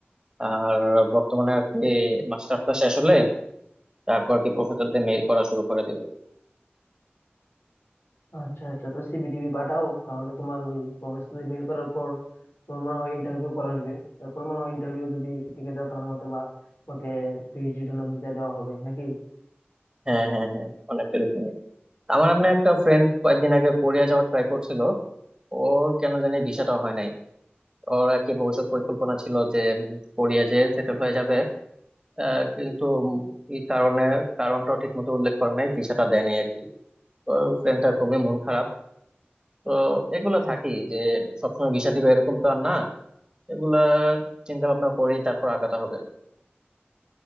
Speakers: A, on the right; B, on the left.
A: আর বর্তমানে আর কি মাস্টার্সটা শেষ হলে তারপর আর কি প্রফেসরদের মেইল করা শুরু করে দেব
B: আচ্ছা আচ্ছা তো সিভিটিভি পাঠাও তাহলে তোমার ওই প্রফেসরদের মেল করার পর তোমার মনে হয় ইন্টারভিউ কল আসবে এরপর মনে হয় ইন্টারভিউ যদি টিকে যাও তাহলে হয়তো বা তোমাকে পিএইচডির জন্য ভিসা দেওয়া হবে নাকি
A: হ্যাঁ হ্যাঁ হ্যাঁ অনেকটা এরকম আমার এমনি একটা ফ্রেন্ড কয়েকদিন আগে কোরিয়া যাওয়ার ট্রাই করছিল ওর কেন জানি ভিসাটা হয় নাই ওর আর কি ভবিষ্যৎ পরিকল্পনা ছিল যে উম, কোরিয়া যে সেটেল হয়ে যাবে আহ, কিন্তু উম, এই কারণে কারণটাও ঠিক মতো উল্লেখ করে নাই ভিসাটা দেয় নাই আর কি তো ফ্রেন্ডটা খুবই মন খারাপ তো এগুলা থাকি যে সবসময় ভিসা দিবে এরকম তো আর না এগুলা চিন্তা ভাবনা করেই তারপর আগাতে হবে